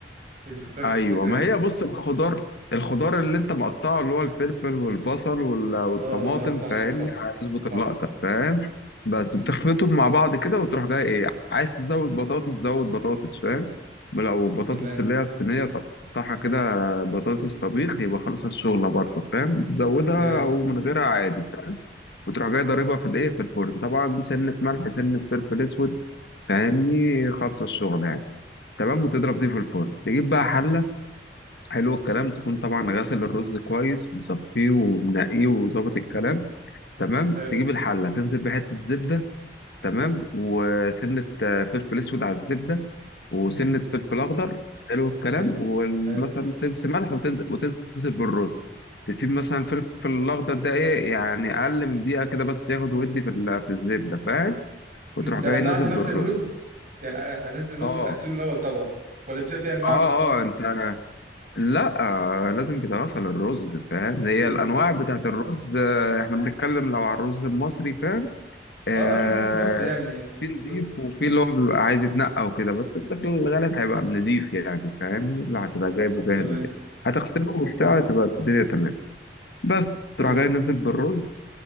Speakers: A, on the right; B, on the left.
A: يعني فكرت
B: ايوه
A: في الفكره
B: ما
A: دي
B: هي بص الخضار الخضار اللي انت مقطعه اللي هو الفلفل والبصل وال- والطماطم
A: اه اه صح
B: فاهمني
A: صح
B: هيظبط
A: صح
B: اللقطه فاهم بس
A: مم.
B: بتخلطهم مع بعض كده وتروح جاي ايه عايز تزود بطاطس زود بطاطس فاهم لو بطاطس
A: تمام
B: اللي هي الصينيه تقطعها كده بطاطس طبيخ يبقى خلص الشغله برضه فاهم تزودها
A: جامد
B: او من غيرها عادي فاهم وتروح جاي ضاربها في الايه في الفرن طبعا سنه ملح سنه فلفل اسود فاهمني خلص الشغله يعني تمام وتضرب
A: مم.
B: دي في الفرن تجيب بقى حله حلو الكلام تكون طبعا غاسل الرز كويس مصفيه ومنقيه وظابط الكلام تمام
A: حلو
B: تجيب الحله تنزل بحته زبده تمام وسنه آه، فلفل اسود على الزبده وسنه
A: مم.
B: فلفل اخضر حلو الكلام
A: حلو
B: ومثلا
A: حلو
B: سنس ملح وتنزل وتنزل بالرز تسيب مثلا الفلفل الاخضر ده ايه يعني اقل من دقيقه كده بس ياخد ودي في ال- في الزبده فاهم وتروح
A: مم. ده
B: جاي
A: بعد
B: نازل
A: ما
B: بالرز
A: اغسل الرز يعني أ- انزل الرز
B: اه
A: اغسله الاول طبعا ولا بيبقى في انواع
B: اه
A: مغسوله
B: اه انت لا آه، لازم بدراسة للرز فاهم هي
A: مم.
B: الأنواع
A: مم.
B: بتاعت الرز آه، إحنا بنتكلم لو على الرز المصري فاهم آه،
A: اه اكيد رز مصري يعني آه، بالظبط
B: في نضيف وفي اللي هو بيبقى عايز يتنقى وكده بس أنت في الغالب هيبقى نضيف يعني فاهم اللي هتبقى جايبه جاهز
A: تمام
B: وكده هتغسله وبتاع
A: تمام
B: تبقى الدنيا تمام بس
A: حلو
B: تروح جاي نازل بالرز